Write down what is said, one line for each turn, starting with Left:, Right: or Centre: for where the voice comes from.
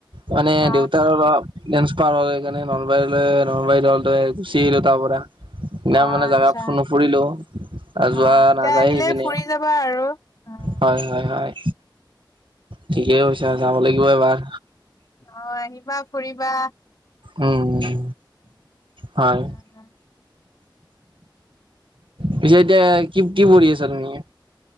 Right: মানে
Left: অ
Right: দেউতাৰ বা ডেন্সপাৰ হৈ সেইকাৰণে নলবাৰীলৈ নলবাৰীত দলটোৱে গুচি আহিলো তাৰ পৰা
Left: অ
Right: নাম মানে
Left: আচ্ছা
Right: জেগা নুফুৰিলো
Left: অ
Right: যোৱা
Left: এতিয়া
Right: নাযায়
Left: আহিলে
Right: সিপিনে
Left: ফুৰি যাবা আৰু উম,
Right: হয় হয় হয় ঠিকেই কৈছা যাব লাগিব এবাৰ
Left: অ আহিবা ফুৰিবা
Right: উম হয়
Left: উম,
Right: পিছে এতিয়া কি কি পঢ়ি আছা তুমি